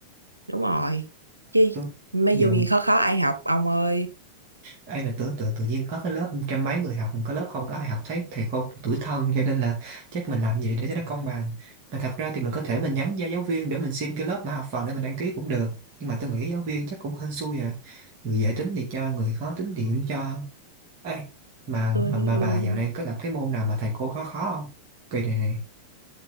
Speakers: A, on the right; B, on the right.
A: đúng rồi chứ
B: tôi
A: mấy
B: giờ
A: dù gì khó khó ai học ông ơi
B: ai mà tưởng tượng tự nhiên có cái lớp trăm mấy người học có lớp không có ai học thấy thầy cô tủi thân cho nên là chắc mình làm gì để cho nó công bằng mà thật ra thì mình có thể mình nhắn cho giáo viên để mình xin cái lớp mã học phần để mình đăng ký cũng được nhưng mà tôi nghĩ giáo viên chắc cũng hên xui à người dễ tính thì cho người khó tính thì cũng cho Ê mà
A: tôi
B: mà, mà
A: ừ,
B: bà dạo này có gặp cái môn nào mà thầy cô khó khó không kỳ này này